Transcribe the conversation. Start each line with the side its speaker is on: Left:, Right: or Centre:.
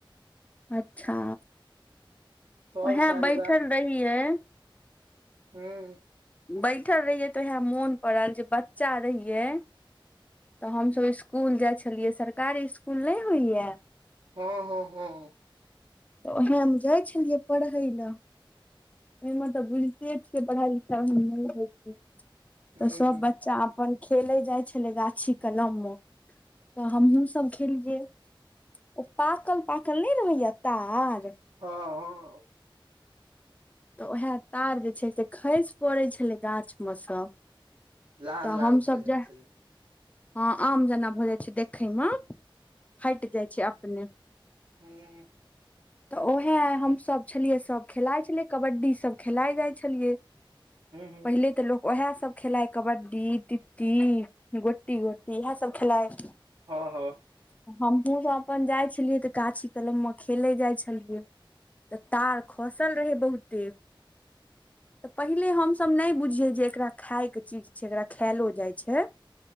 Left: अच्छा
Right: सब
Left: ओहै
Right: साल
Left: बैठल रहियै
Right: हुँ
Left: बैठल रहियै तऽ आदे मोन पड़ल जे बच्चा रहियै तऽ हमसभ इस्कूल जाय छलियै सरकारी इस्कूल नय होइ यऽ
Right: हँ - हँ हँ
Left: तऽ ओहै हम जाइ छलियै परहैय लऽ ओमे तऽ बुझिते छिये पढ़ाई लिखाई ओय मे नइ होइ छै
Right: हूँ
Left: तऽ सब बच्चा अपन खेले जाइ छले गाछी कलम मऽ तऽ हमहुँ सब खेलियै ओ पाकल - पाकल मय रहै यऽ तार
Right: हँ हँ
Left: तऽ ओहै तार जे छै से खैस पड़ै छलै गाछ मऽ सँ
Right: लाल
Left: तऽ
Right: लाल
Left: हमसभ
Right: भऽ जाइ
Left: जे
Right: छलै
Left: हँ आम जेना भऽ जाइ छै देखय मऽ फाइट जाइ छै अपने
Right: हुँ
Left: तऽ ओहै हमसभ छलिये सब खेलाइ छलियै कबड्डी सब खेलाय जाय छलियै
Right: हूँ
Left: पहिले तऽ लोक ओहै सभ खेलाइ कबड्डी, तिती गोटी - गोटी इहैसभ खेलाइ
Right: हँ - हँ
Left: हमहुँ सब अपन जाय छलियै तऽ गाछी कलम मऽ खेले जाइ छलियै तऽ तार खसल रहे बहुते
Right: <inaudible>
Left: तऽ पहिले हमसभ नय बुझियै जे एकरा खाय केँ चीज छै एकरा खायलो जाइ छै।